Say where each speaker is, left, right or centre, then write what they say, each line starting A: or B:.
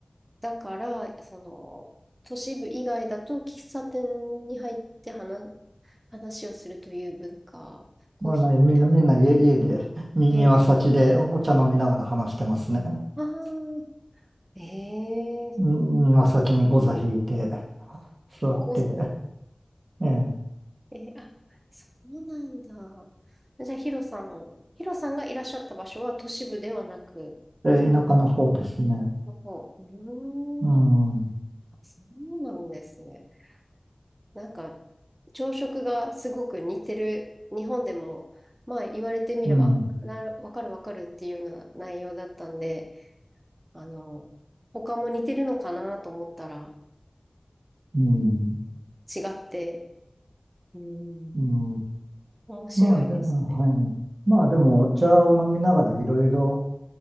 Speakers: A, on the right; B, on the right.
A: だから、その、都市部以外だと喫茶店に入って話、話をするという文化、コーヒー飲みながら
B: まあ、ない、みんな、みんな家、家で、に、
A: 家で。
B: 庭先でお茶飲みながら話してますね。
A: ああ、ええー、
B: に庭先にゴ座引いて、座って、
A: ゴ
B: ええ。
A: えーあ、そうなんだ。じゃあ、ヒロさん、ヒロさんがいらっしゃった場所は都市部ではなく、
B: で、田舎の方ですね。
A: もう、うーん、
B: うん。う
A: あ、そうなんですね。なんか、朝食がすごく似てる、日本でも、まあ言われてみれば、
B: ん。
A: あ、なる、わかるわかるっていうような内容だったんで、あの、他も似てるのかなと思ったら
B: うん。
A: 違って、うん、
B: うん。
A: 面白いですね。
B: まあで、うんはい。まあでもお茶を飲みながらいろいろ、